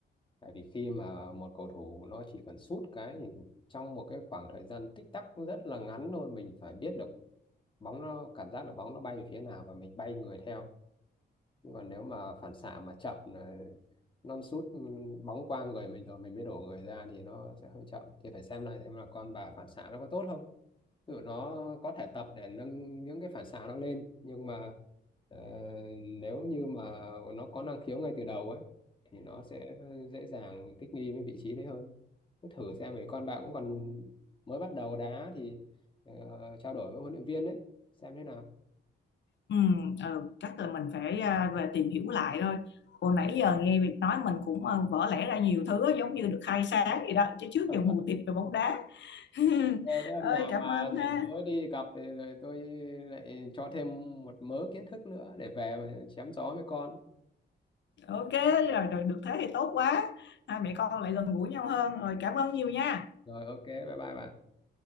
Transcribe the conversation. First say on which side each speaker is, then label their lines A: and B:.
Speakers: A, on the left; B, on the left.
A: Tại vì khi mà một cầu thủ nó chỉ cần sút cái thì trong một cái khoảng thời gian tích tắc rất là ngắn thôi mình phải biết được bóng nó cảm giác được bóng nó bay về phía nào và mình bay người theo. Nhưng còn nếu mà phản xạ mà chậm là non sút ừ, bóng qua người mình rồi mình mới đổ người ra thì nó sẽ hơi chậm. Thì phải xem lại xem là con bà phản xạ nó có tốt không. Ví dụ nó có thể tập để nâng những cái phản xạ nó lên nhưng mà ờ, nếu như mà nó có năng khiếu ngay từ đầu ấy thì nó sẽ dễ dàng thích nghi với vị trí đấy hơn. Cứ thử xem mấy con bạn cũng còn mới bắt đầu đá thì ờ, trao đổi với huấn luyện viên đấy xem thế nào.
B: Ừ, ừ, chắc là mình phải à, về tìm hiểu lại thôi. Hồi nãy giờ nghe Việt nói mình cũng à, vỡ lẽ ra nhiều thứ giống như được khai sáng gì đó chứ trước
A: Ờ,
B: giờ mù tịt về bóng đá. <laughs>
A: Thế đấy hôm
B: Ơi
A: nào
B: cảm
A: mà
B: ơn ha.
A: rảnh rỗi đi gặp thì rồi tôi lại cho thêm một mớ kiến thức nữa để về chém gió với con.
B: Ok rồi, rồi được thế thì tốt quá. Hai mẹ con lại gần gũi nhau hơn. Rồi cảm ơn nhiều nha.
A: Rồi ok bye bye bạn.